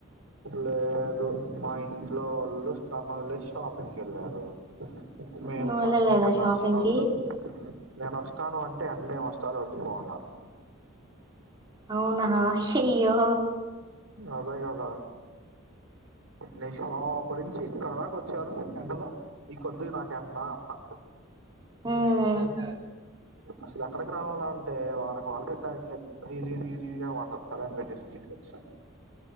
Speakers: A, on the right; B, on the right.
A: లేదు మా ఇంట్లో వాళ్ళు స్తన్ వదిలేస్ షాపింగ్ కి వెళ్ళారు మేము
B: నువ్వు
A: ఫ్యాషన్
B: వెళ్ళలేదా
A: కెన్నాల్సిన
B: షాపింగ్
A: వోళ్ళు
B: కి
A: నేను వస్తాను అంటే అన్లే ఏం వస్తావులే వద్దుపో అన్నారు
B: అవునా హయ్యో
A: అదే గదా నేషినావా అప్పడికి ఇక్కడి దాక వచ్చారు ఎండలో ఈ కొద్దిగ నాకెండా అంట
B: హుమ్
A: అసలు ఎక్కడికి రావాల అంటే వాళ్ళకి వాళ్ళకే క్లారిటీ లేదు ఇది ఇది ఇది మాట్లాడ అదని పెట్టేస్ సను